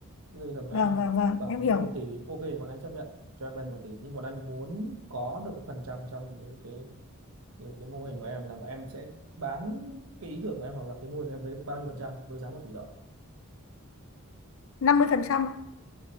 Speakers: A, on the right; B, on the left.
A: bây giờ mà
B: vâng
A: em
B: vâng vâng
A: bảo
B: em
A: muốn
B: hiểu
A: vay một tỷ ok bọn anh chấp nhận cho em vay một tỷ nhưng bọn anh muốn có được cái phần trăm trong cái cái cái, cái mô hình của em là em sẽ bán cái ý tưởng của em hoặc là cái mô hình của em với bao nhiêu phần trăm với giá một tỷ đồng
B: năm mươi phần trăm